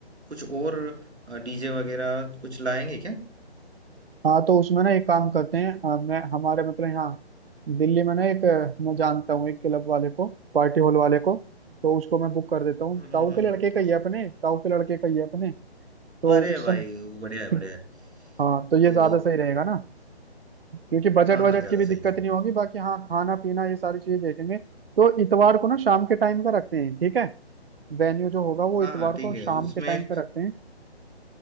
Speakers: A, on the right (about 85°); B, on the right (about 60°).
A: कुछ और डीजे वगैरह कुछ लाएंगे क्या
B: हाँ तो उसमें ना एक काम करते हैं अ, मैं हमारे मतलब यहाँ दिल्ली में ना एक अ, मैं जानता हूँ एक क्लब वाले को पार्टी हॉल वाले को तो उसको मैं बुक कर देता हूँ
A: हम्म हम्म
B: ताऊ
A: हम्म
B: के लड़के का ये अपने ताऊ के लड़के का ये अपने तो
A: अरे
B: उस
A: भाई
B: समय
A: बढ़िया है बढ़िया
B: <laughs>
A: है
B: हाँ तो ये
A: तो
B: ज्यादा सही रहेगा ना क्योंकि बजट
A: हाँ
B: वजट
A: हाँ ज्यादा
B: की भी दिक्कत
A: सही है
B: नहीं होगी बाकी हाँ खाना पीना ये सारी चीजें देखेंगे तो इतवार को ना शाम के टाइम का रखते हैं ठीक है वेन्यू जो होगा वो
A: हाँ
B: इतवार
A: हाँ ठीक
B: को
A: है
B: शाम
A: उसमें
B: के टाइम का रखते